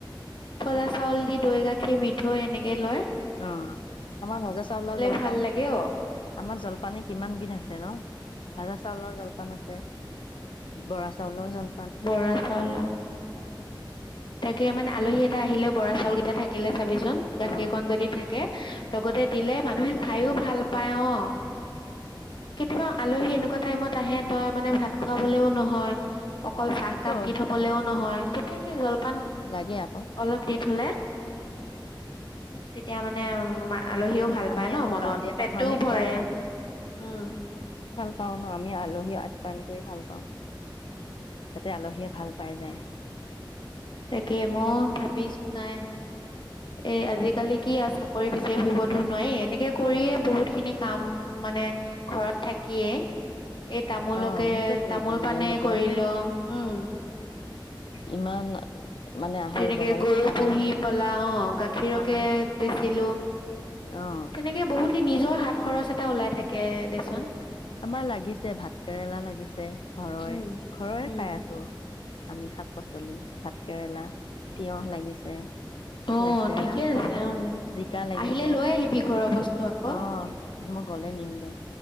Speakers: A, on the left; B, on the left.
A: ভজা চাউল দি দৈ গাখীৰ মিঠৈ এনেকে কে লয়
B: অ আমাৰ ভজা চাউলৰ জলপান
A: ভাল লাগে অ
B: আমাৰ জলপানে কিমান বিধ আছে ন ভজা চাউলৰ জলপান আছে বৰা চাউলৰও জল
A: বৰা চাউলাৰ তাকে মানে আলহী এটা আহিলেও চাউল কেইটা থাকিলে চাবি গাখীৰকন
B: অ',
A: যদি থাকে থাকে লগ তাতে দিলে মানুহে
B: লগতে
A: খাইও
B: ধুনীয়াকে
A: ভাল পায় অ কেতিয়াবা আলহী এনেকুৱা টাইমত আহে তই মানে ভাত খোৱাবলেও নহয় অকল চাহকাপ
B: অ',
A: দি থবলেও নহয়। তেতিয়া সি জল পান
B: লাগে আকৌ
A: অলপ দি থলে। তেতিয়া মানে উ মা আলহীও ভাল
B: আমি
A: পায় ন
B: আকৌ
A: মনত
B: গাঁৱলীয়া
A: পেটটোও
B: মানুহ আমি
A: ভৰে
B: খুৱাই
A: উম।
B: পাও ন আমি আলহী আট পান কৰি ভাল তাতে আলহীয়ে ভাল পাই যায়।
A: তাকে মই ভাবিছো নাই এ আজিকালি কি আৰু চাকৰি বিচাৰি ফুৰিবতো নোৱাৰি, এনেকে কৰিয়ে বহুত খিনি কাম মানে ঘৰত থাকিয়ে এই তামোলকে
B: অ', নিজে কৰিব
A: তামোল
B: লাগে
A: পানেই
B: নিজৰ
A: কৰিলো। উম
B: ইমান মানে আহল
A: যেনেকে
B: বহল
A: গৰু
B: ঠাই
A: পুহি
B: হয়নে?
A: পলা অ
B: তামোল
A: গাখীৰকে
B: পাণ
A: বেচিলো,
B: অ'।
A: তেনেকে বহুতখিনি নিজৰ হাত খৰচ এটা ওলাই থাকে দেচোন।
B: আমাৰ লাগিছে ভাত কেৰেলা লাগিছে ঘৰৰে,
A: উম
B: ঘৰৰে
A: উম
B: খাই আছো। আমি শাক পাচলি ভাত কেৰেলা তিয়হ লাগিছে।
A: অ',
B: লেচেৰা
A: ঠিকে আছে। অ',
B: জিকা লাগিছে
A: আহিলে লৈ আহিবি ঘৰৰ বস্তু আকৌ।
B: অ' মই গ'লে নিম দে।